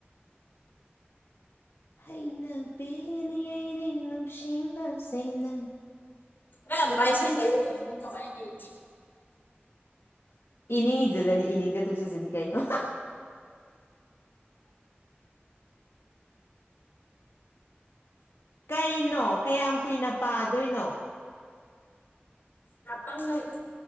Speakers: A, on the left; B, on the left.
A: ꯍꯩꯅ ꯦꯅꯤꯌꯏꯅꯦ ꯅꯨꯡ ꯁꯤꯃ ꯁꯦ ꯅꯪ
B: ꯅ ꯑꯗꯨꯃꯥꯏ ꯏꯁꯩ ꯁꯗ ꯀꯃꯥꯏꯅ ꯏꯅꯤ
A: ꯏꯅꯤꯡ ꯏꯖꯗꯅꯤ ꯏꯅꯤꯡꯖꯊꯣꯛꯆꯁꯤꯅꯤ ꯀꯩꯅꯣ ꯀꯩꯅꯣ ꯀꯌꯥꯝ ꯀꯨꯏꯅ ꯄꯥꯗꯣꯏꯅꯣ
B: ꯆꯄꯪꯅ ꯏ